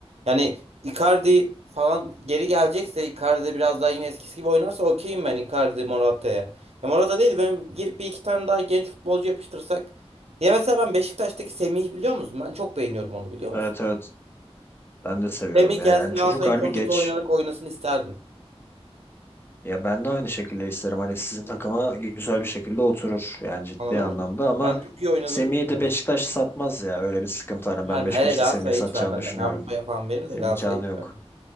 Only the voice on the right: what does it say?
Yani Icardi falan geri gelecekse Icardi de biraz daha yine eskisi gibi oynarsa okeyim ben Icardi Morata'ya. Ya Morata değil ben girip bir iki tane daha genç futbolcu yapıştırsak. Ya mesela ben Beşiktaş'taki Semih biliyor musun? Ben çok beğeniyorum onu biliyor
musun?
Semih
gelsin
Galatasaray'ın
forveti
oynarak oynasın isterdim.
Anladın
mı?
Ben çok iyi oynadığını
düşünüyorum.
Verme.
Hele Galatasaray'a
hiç vermez.
Yani Avrupa'ya falan verir de
Galatasaray'a hiç
vermez.